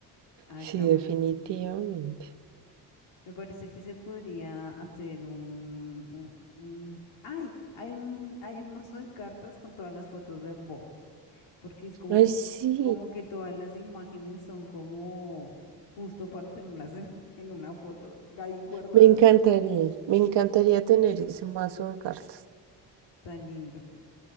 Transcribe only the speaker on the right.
Sí,
definitivamente.
Ay,
sí,
me encantaría, me encantaría tener ese mazo de cartas.